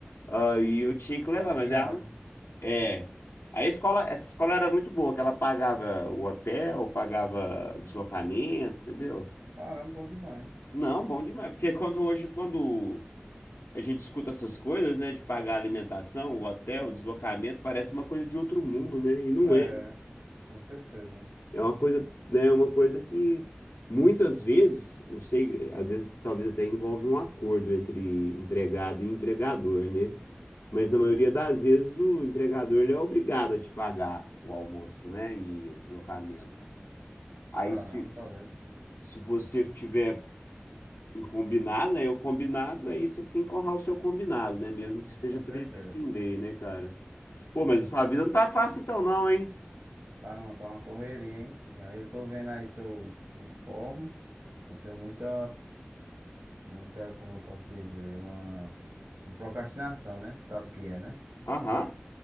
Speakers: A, on the left (about 85°); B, on the right (about 90°).
A: Aí eu tinha que levar,
B: É uma viagem.
A: mas ela. É. A escola, essa escola era muito boa, que ela pagava o hotel, pagava o deslocamento, entendeu?
B: Caramba, bom demais.
A: Não, bom demais, porque quando hoje, quando a gente escuta essas coisas, né, de pagar alimentação, o hotel, o deslocamento, parece uma coisa de outro mundo, né? E não
B: É,
A: é.
B: com certeza.
A: É uma coisa, né, uma coisa que muitas vezes, não sei, às vezes talvez até envolve um acordo entre empregado e empregador, né? Mas
B: Uhum.
A: na maioria das vezes o empregador ele é obrigado a te pagar o almoço, né? E o deslocamento. Aí
B: Caramba,
A: se,
B: tá vendo?
A: se você tiver um combinado, né? o combinado, aí você tem que honrar o seu combinado, né? Mesmo que esteja
B: Com
A: previsto
B: certeza.
A: em lei, né, cara? Pô, mas
B: Com
A: a sua
B: certeza.
A: vida não tá fácil então não, hein?
B: Tá, não, tá uma correria, hein? E aí eu tô vendo aí se eu me informo. Eu tenho muita, muita, como eu posso dizer, uma, uma procrastinação, né? Tu Sabe o que é, né?
A: Aham.